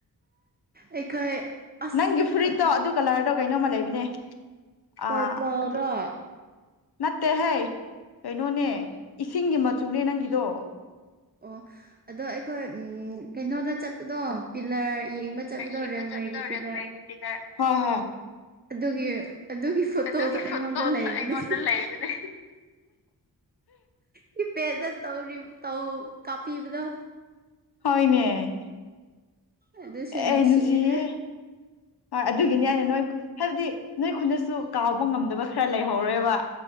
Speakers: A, on the right (about 25°); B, on the left (about 70°).
A: ꯑꯩꯈꯣꯏ ꯑꯁ
B: ꯅꯪꯒꯤ ꯐꯨꯔꯤꯠꯇꯣ ꯑꯗꯨ ꯀꯂ꯭ꯔꯗꯣ ꯀꯩꯅꯣꯝꯃ ꯂꯩꯕꯅꯦ ꯑꯥ
A: ꯄꯔꯄꯜꯔꯣ
B: ꯑꯗꯨ ꯅꯠꯇꯦꯍꯦ ꯀꯩꯅꯣꯅꯦ ꯏꯁꯤꯡꯒꯤ ꯃꯆꯨꯅꯦ ꯅꯪꯒꯤꯗꯣ
A: ꯑꯣ ꯑꯗꯣ ꯑꯩꯈꯣꯏ ꯎ ꯀꯩꯅꯣꯗ ꯆꯠꯄꯗꯣ ꯄꯤꯂꯔ ꯌꯦꯡꯕ ꯆꯠꯕꯗꯣ
B: ꯌꯦꯡꯕ
A: ꯔꯦꯜꯋꯦꯒꯤ
B: ꯆꯠꯄꯗꯣ
A: ꯄꯤꯂꯔ
B: ꯔꯦꯜꯋꯦꯒꯤ ꯄꯤꯂꯔ ꯍꯣꯏ ꯍꯣꯏ
A: ꯑꯗꯨꯒꯤ ꯑꯗꯨꯒꯤ ꯐꯣꯇꯣꯗꯣ
B: ꯑꯗꯨꯒꯤ
A: ꯑꯩꯉꯣꯟꯗ
B: ꯐꯣꯇꯣꯗꯣ
A: ꯂꯩꯕꯅꯦ
B: ꯑꯩꯉꯣꯟꯗ ꯂꯩꯕꯅꯦ
A: ꯀꯤꯕꯦꯠꯇ ꯇꯧꯔꯤꯕ ꯇꯧ ꯀꯥꯞꯄꯤꯕꯗꯣ
B: ꯍꯣꯏꯅꯦ
A: ꯑꯗꯨꯁꯨ
B: ꯑꯦ
A: ꯅꯨꯡꯁꯤꯗ
B: ꯅꯨꯡꯁꯤꯌꯦ ꯍꯣꯏ ꯑꯗꯨꯒꯤꯅꯤ ꯑꯩꯅ ꯅꯣꯏ ꯍꯥꯏꯕꯗꯤ ꯅꯣꯏ ꯈꯨꯟꯗꯁꯨ ꯀꯥꯎꯕ ꯉꯝꯗꯕ ꯈꯔ ꯂꯩꯍꯧꯔꯦꯕ